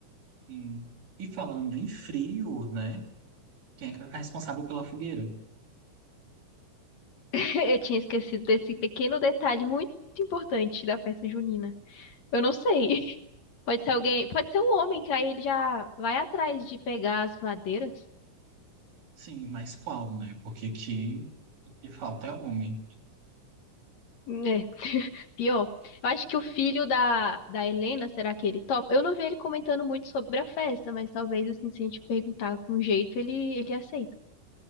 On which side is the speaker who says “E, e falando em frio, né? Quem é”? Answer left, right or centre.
Right